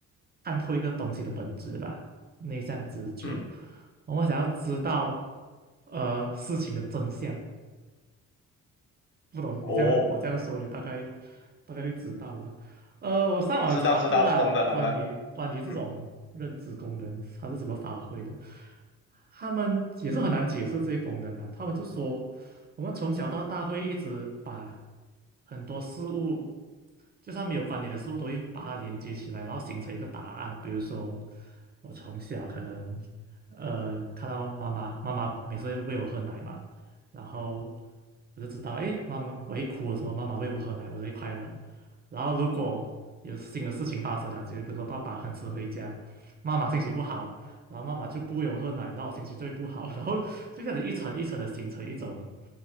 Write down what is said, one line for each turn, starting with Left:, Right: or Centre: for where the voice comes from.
Right: 看透一个东西的本质吧，内向直觉。
Left: 嗯，
Right: 我们想要知道呃事情的真相，不懂你这样我这样说，
Left: 哦，
Right: 你大概大概会知道吗？呃，我上网查过啦，
Left: 知道知道，懂的懂的，
Right: 关于关于这种认知功能它是怎么发挥的，
Left: 嗯
Right: 他们也是很难解释这些功能啊。他们就说，我们从小到大会一直把很多事物，就算没有关联的事物，都会把它连接起来，然后形成一个答案。比如说，我从小可能呃看到妈妈，妈妈每次会喂我喝奶嘛。然后我就知道，诶，妈妈，我一哭的时候，妈妈喂我喝奶，我就会快乐。然后如果有新的事情发生了，就比如说爸爸很迟回家，妈妈心情不好，然后妈妈就不喂我喝奶，那我心情就会不好，<laughs> 然后就这样子一层一层的形成一种，